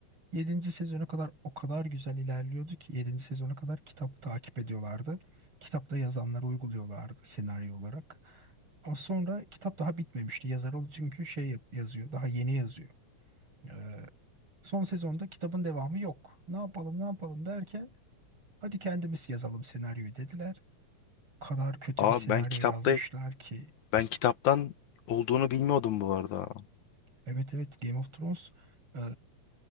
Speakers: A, on the right (about 40°); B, on the left (about 70°).
A: Yedinci sezona kadar o kadar güzel ilerliyordu ki yedinci sezona kadar kitabı takip ediyorlardı. Kitapta yazanları uyguluyorlardı senaryo olarak. Ama sonra kitap daha bitmemişti. Yazar ol çünkü şey yap- yazıyor, daha yeni yazıyor. Ee, son sezonda kitabın devamı yok. Ne yapalım, ne yapalım derken hadi kendimiz yazalım senaryoyu dediler. O kadar kötü
B: Aa
A: bir senaryo
B: ben kitapta
A: yazmışlar ki.
B: ben kitaptan olduğunu bilmiyordum bu arada.
A: Evet evet Game of Thrones e,